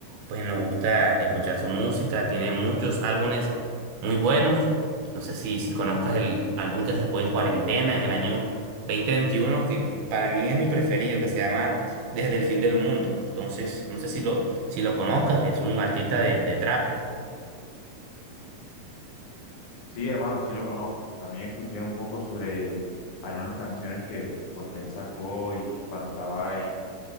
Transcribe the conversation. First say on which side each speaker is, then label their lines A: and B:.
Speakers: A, on the right (about 85°); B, on the left (about 50°).
A: pues nos gusta escuchar su música, tiene muchos álbumes muy buenos. No sé si, si conozcas el álbum que sacó en cuarentena en el año dos mil veintiuno que para mí es mi preferido, que se llama Desde el fin del mundo. Entonces, no sé si lo, si lo conozcas, es un artista de, de trap.
B: Sí, hermano, sí lo conozco. También escuché un poco sobre algunas canciones que, pues, que él sacó y cuando estaba en,